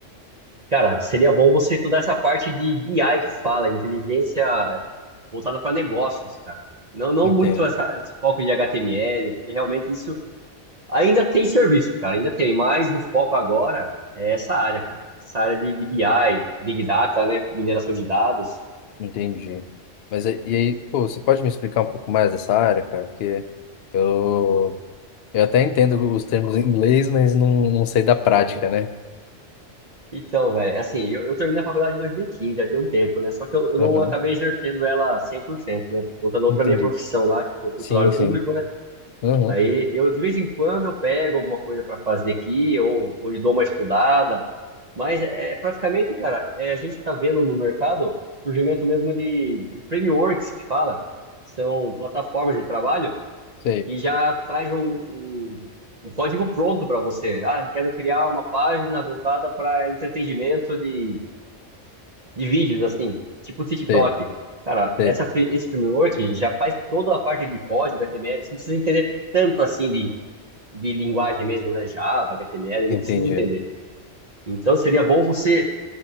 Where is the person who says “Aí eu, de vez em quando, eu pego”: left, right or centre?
Right